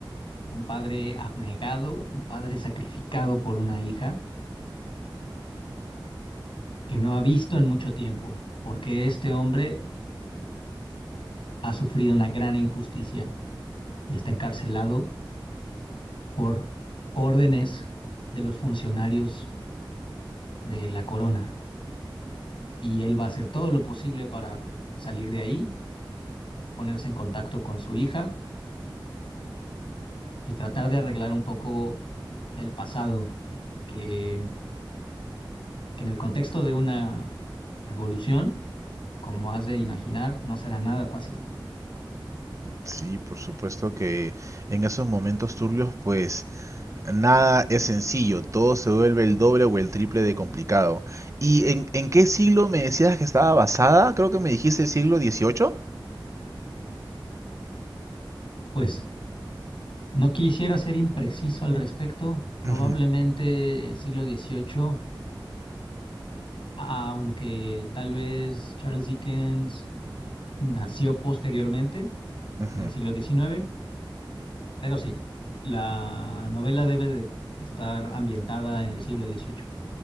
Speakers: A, on the left (about 85°); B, on the right (about 35°).
A: un padre abnegado, un padre sacrificado por una hija que no ha visto en mucho tiempo, porque este hombre ha sufrido una gran injusticia y está encarcelado por órdenes de los funcionarios de la corona. Y él va a hacer todo lo posible para salir de ahí, ponerse en contacto con su hija y tratar de arreglar un poco el pasado que, que en el contexto de una revolución, como has de imaginar, no será nada fácil.
B: Sí, por supuesto que en esos momentos turbios, pues nada es sencillo. Todo se vuelve el doble o el triple de complicado. ¿Y en, en qué siglo me decías que estaba basada? Creo que me dijiste el siglo XVIII.
A: Pues no quisiera ser impreciso al respecto, probablemente
B: Ujú,
A: siglo XVIII aunque tal vez Charles Dickens nació posteriormente,
B: ujú.
A: en el siglo XIX, pero sí, la novela debe de estar ambientada en el siglo XVIII.